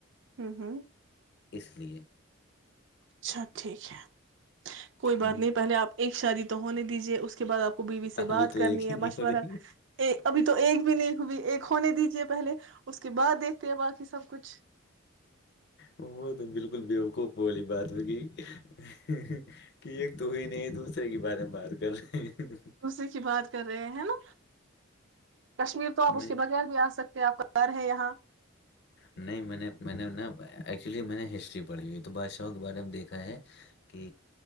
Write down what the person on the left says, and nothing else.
اس لیے
ہوں
ابھی
تو
ایک
ہی نہیں
ہو رہی
وہ تو بالکل بےوکوب بوی بات ہوگی کہ ایک تو ہی نہیں دوسرے کے بارے میں بات کر رہے ہیں
نہیں
نہیں میں نے میں نے ن ایکچولی میں نے ہسٹری پڑھی ہوئی تو بادشاہ کے بارے میں دیکھا ہے کہ